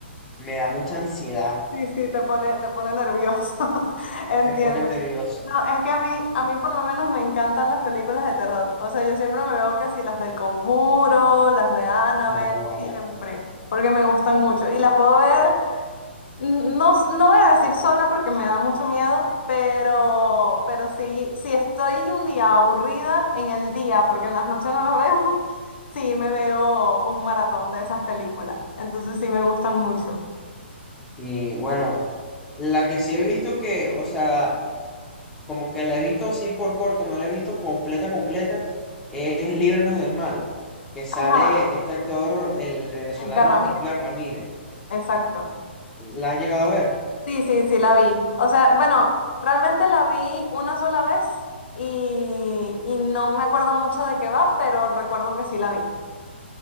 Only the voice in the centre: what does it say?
me da mucha ansiedad,
me pone nervioso.
No, guara.
Y bueno, la que sí he visto que, o sea... como que la he visto así por corto, no la he visto completa, completa, es Líbranos del Mal, que sale
este actor, el venezolano
Edgar Ramírez.
¿La has llegado a ver?